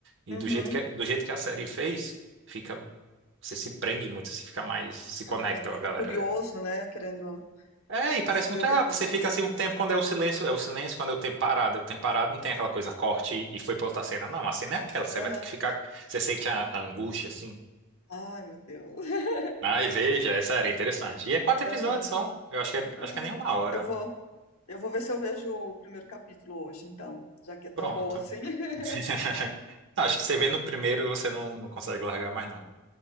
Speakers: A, on the right; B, on the left.
A: E
B: Uhum.
A: do jeito que, é, do jeito que a série fez, fica, você se prende muito, você fica mais, se conecta,
B: Aham. Fica
A: ó, galera.
B: curioso,
A: né.
B: né, querendo
A: É, e parece
B: saber
A: muito
B: o
A: rápido,
B: que acontece.
A: você fica assim um tempo, quando é o silêncio, é o silêncio, quando é o tempo parado, é o tempo parado, não tem aquela coisa corte e foi pra outra cena, não, a cena é aquela, você
B: Aham.
A: vai ter que ficar, você sente a, a angústia, assim.
B: Ai, meu Deus. <laughs>
A: Ai, veja, essa era interessante. E é quatro
B: Aham.
A: episódios só, eu acho que é, acho
B: Ah,
A: que é nem uma hora.
B: eu vou, eu vou ver se eu vejo o primeiro capítulo hoje, então, já que é
A: Pronto.
B: tão boa assim. <laughs>
A: <laughs> Não, acho que você vê no primeiro, você não, não consegue largar mais, não.